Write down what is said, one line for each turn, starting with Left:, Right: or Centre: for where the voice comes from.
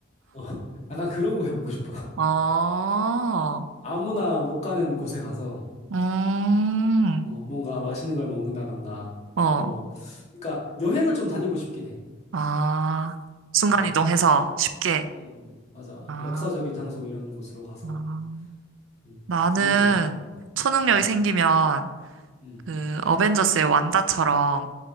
Left: 어, <laughs> 약간 그런 거 해보고 싶어. <laughs>
Right: 어.
Left: 아무나 못 가는 곳에 가서
Right: 음.
Left: 어, 뭔가 맛있는 걸 먹는다던가
Right: 어.
Left: 뭐 그러니까 여행을 좀 다니고 싶긴 해.
Right: 아. 순간이동해서
Left: 어,
Right: 쉽게.
Left: 음, 맞아.
Right: 아.
Left: 역사적인 장소 이런 곳으로 가서
Right: 아.
Left: 음,
Right: 나는
Left: 구경하고 싶고 그런 거.
Right: 초능력이
Left: 음,
Right: 생기면
Left: 음.
Right: 그 어벤져스의 완다처럼